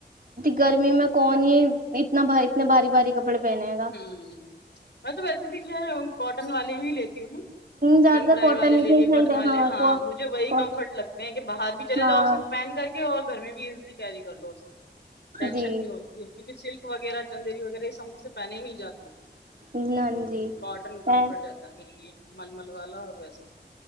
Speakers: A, on the right (about 50°); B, on the left (about 75°).
A: گرمی میں کون ہی اتنا اتنے باری بھاری کپڑے پہنے گا
B: ہوں میں تو ویسے بھی خ ہوں کوٹن والے ہی لیتے ہ
A: زیادہ
B: چکن
A: تر
B: کرڑائی
A: کاٹن
B: والے لے
A: ہی کے
B: لیے کاٹن
A: صحیح رہے
B: والے ہاں
A: کو
B: مجھے وہی
A: کو-
B: کمفرٹ لگتے ہیں کہ باہر بھی چلے
A: ہاں
B: جاؤ صرف پہن کر کے اور گھر میں بھی کیاری کر لو اسے ٹینشن
A: جی
B: نہیں ہوتی ہے کیونکہ سلک وغیرہ چندیری وغیرہ س سے پہنے ہی نہیں جاتے
A: ہاں جی
B: ہ کاٹن کمفرٹ
A: ہے.
B: رہتا ہے میرے لیے مللمل والا اسا